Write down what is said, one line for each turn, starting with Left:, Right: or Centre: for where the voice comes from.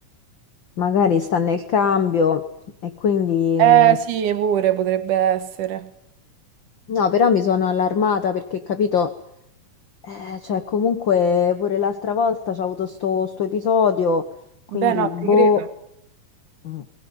Left: magari sta nel cambio e quindi...
Right: Eh sì, pure potrebbe essere.
Left: No, però mi sono allarmata perché, capito, eh, cioè comunque pure l'altra volta c'è avuto sto, sto episodio, quindi
Right: Beh, no,
Left: boh.
Right: ti credo,
Left: Mm.